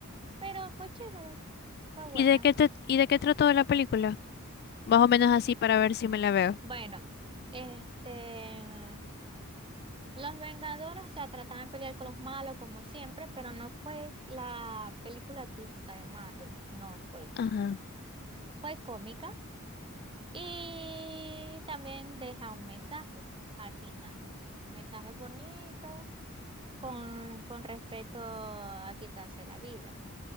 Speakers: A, on the right; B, on the left.
A: pero fue chévere, fue buena.
B: ¿Y de qué te- y de qué trató la película? Más o menos así para ver si me la veo.
A: Bueno, este, los Vengadores, o sea, trataban de pelear con los malos como siempre, pero no fue la película típica de Marvel, no fue.
B: Ajá.
A: Fue cómica y también deja un mensaje al final. Un mensaje bonito. con, con respecto a quitarse la vida,